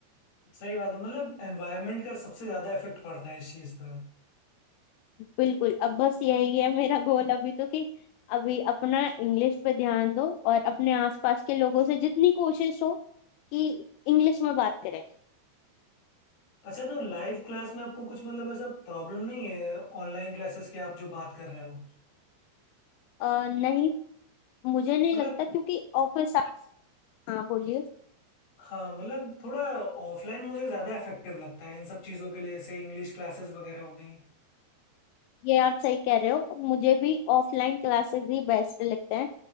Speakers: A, on the left; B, on the left.
A: सही बात है मतलब एनवायरनमेंट का सबसे ज्यादा इफेक्ट पड़ता है इस चीज पर
B: बिल्कुल अब बस यही है मेरा गोल अभी तो कि अभी अपना इंग्लिश पे ध्यान दो और अपने आसपास के लोगों से जितनी कोशिश हो कि इंग्लिश में बात करें
A: अच्छा तो लाइव क्लास में आपको कुछ मतलब ऐसा प्रॉब्लम नहीं है ऑनलाइन क्लासेस की आप जो बात कर रहे हो
B: अ, नहीं मुझे नहीं
A: मतलब
B: लगता क्योंकि ऑफिस आवर्स। हाँ बोलिए
A: हाँ मतलब थोड़ा ऑफलाइन मुझे ज्यादा इफेक्टिव लगता है इन सब चीजों के लिए जैसे इंग्लिश क्लासेस वगैरह हो गई
B: ये आप सही कह रहे हो मुझे भी ऑफलाइन क्लासेस ही बेस्ट लगते हैं